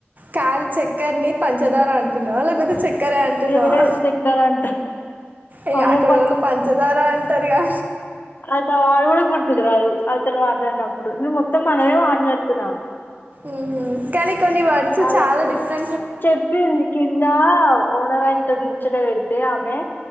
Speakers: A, on the right; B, on the left.
A: కాలు చక్కర్ని పంచదార అంటున్నావా లేకపోతే చక్క క్కరే అంటున్నావా
B: ఏ చక్కర అంట
A: అయ
B: అమ్మో
A: అక్కడ వొళ్ళు పంచదార అంటారుగా
B: అత వాడు కూడా గుర్తుకు రాదు అతను మాట్లాడినప్పుడు నువు మొత్తం మనమే మాట్లాడుతున్నాం
A: ఉమ్ కానీ కొన్ని వర్డ్స్
B: అలా
A: చాలా డిఫరెంట్
B: చెప్పింది కింద ఓనరా అంకుల్ ఇంత ముచ్చట పెడితే ఆమె